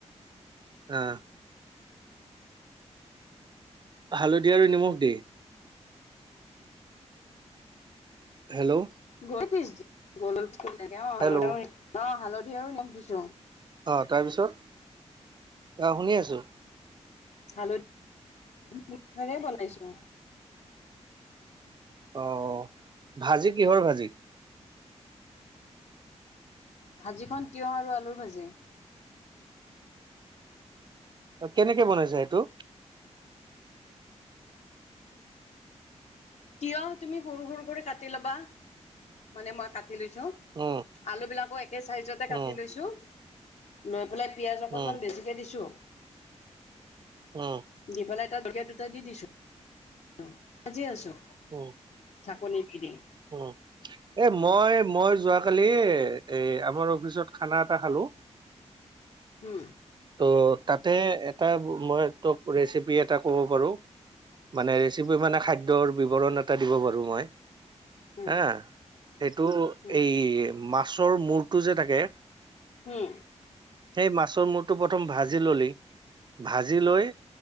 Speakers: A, on the right; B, on the left.
A: অ'হ। হালধীয়া আৰু নিমখ দে। হেল্লো?
B: গৈ পিছ দি গলত থুই লাগে অহ,
A: হেল্ল'
B: হালধি আৰু অহ হালধি আৰু নিমখ দিছোঁ।
A: অহ, তাৰপিছত অ, শুনি আছোঁ।
B: খোৱা, বনাইছোঁ। <unintelligible>
A: অহ ভাজি কিহৰ ভাজি?
B: ভাজিখন তিঁয়হ আৰু আলুৰ ভাজি।
A: অ কেনেকে বনাইছা এইটো?
B: তিঁয়হ তুমি সৰু সৰু কৰি কাটি ল'বা। মানে মই কাটি লৈছোঁ।
A: উম
B: আলু বিলাকো একে চাইজতে কাটি
A: উম
B: লৈছোঁ। লৈ পেলাই, পিয়াঁজ অকণমান
A: উম
B: বেছিকে দিছোঁ।
A: উম।
B: দি পেলাই তাত জলকীয়া দুটা দি দিছোঁ। উম ভাজি আছোঁ।
A: অ।
B: চাকনি দি দি।
A: উম, এ মই, মই যোৱাকালি, এ এই আমাৰ অফিচত খানা এটা খালোঁ।
B: উম
A: তো, তাতে এটা মই তোক ৰেচিপি এটা ক'ব পাৰোঁ। মানে, ৰেচিপি মানে খাদ্যৰ বিৱৰণ এটা দিব পাৰোঁ মই।
B: উম
A: হা, এইটো
B: উম
A: এই মাছৰ মূৰটো যে থাকে
B: হুম।
A: সেই মাছৰ মূৰটো প্ৰথম ভাজি ললি, ভাজি লৈ